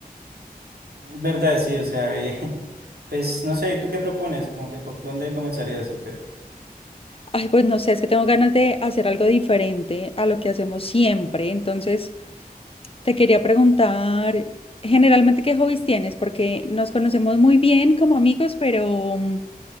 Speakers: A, on the right (about 85°); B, on the left (about 35°).
A: verdad, sí, o sea, eh, <laughs> pues no sé, ¿tú qué propones? Como que por dónde comenzarías o qué?
B: Ay, pues no sé, es que tengo ganas de hacer algo diferente a lo que hacemos siempre, entonces te quería preguntar, generalmente, ¿qué hobbies tienes? Porque nos conocemos muy bien como amigos, pero... mm,